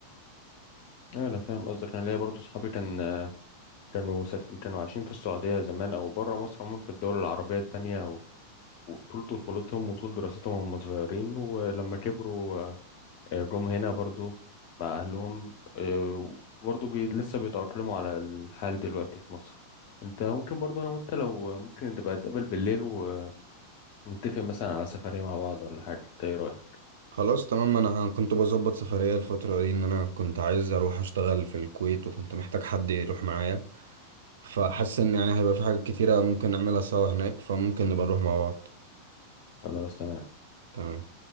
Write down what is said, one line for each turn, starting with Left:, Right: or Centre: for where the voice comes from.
Left: أيوة، أنا فاهم قصدك أنا ليا برضو صحابي كان آه، كانوا ساك- كانوا عايشين في السعودية زمان أو برا مصر عموما في الدول العربية التانية و- وطول طفولتهم وطول دراستهم وهم صغيرين ولما كبروا جم هنا برضو مع أهلهم آه، برضو بي لسه بيتأقلموا على الحال دلوقتي في مصر انت ممكن برضو انا وانت لو ممكن نبقى نتقابل بالليل ونتفق مثلا على سفرية مع بعض ولا حاجة انت ايه رأيك
Right: خلاص تمام أنا كنت بظبط سفرية الفترة دي إن أنا كنت عايز أروح أشتغل في الكويت وكنت محتاج حد يروح معايا فحاسس ان يعني هيبقى في حاجات كتيرة ممكن نعملها سوا هناك فممكن نبقى نروح مع بعض
Left: خلاص تمام
Right: تمام